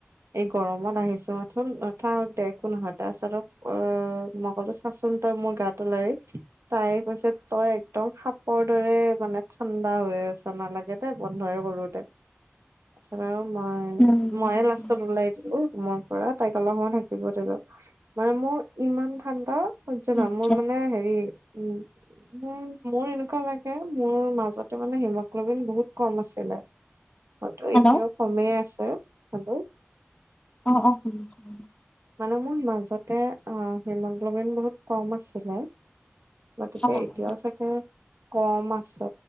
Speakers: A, on the right (about 80°); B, on the left (about 20°).
A: এই গৰমত আহিছো মাথোন থাক দে একো নহয় তাছত অ মই কলো চাচোন। তই মোৰ গাতো লাৰি। তাই কৈছে তই একদম সাপৰ দৰে মানে ঠাণ্ডা হৈ আছ নালাগ- গেতে বন্ধয়ে কৰোতে চা মই
B: হুম
A: ময়ে
B: হুম
A: লাষ্টত
B: হুম
A: ওলাই দিলো। মৰ পৰাই তাইক অলপ সময় থাকিব দিলোঁ মানে মোৰ ইমান ঠাণ্ডা সহ্য না
B: আচ্ছা
A: মই মানে হেৰি উম। মোৰ মোৰ এনেকুৱা লাগে মোৰ মাজতে মানে হিমগ্লবিন বহুত কম আছিলে। হয়তো
B: হেল্ল'
A: এতিয়াও কমেই আছে হলো।
B: অ অহ শুনিছোঁ শুনিছোঁ।
A: মানে মোৰ মাজতে অ হিমগ্ল'বিন বহুত কম আছিলে। গতিকে
B: অ
A: এতিয়াও
B: অ
A: চাগে কম আছে।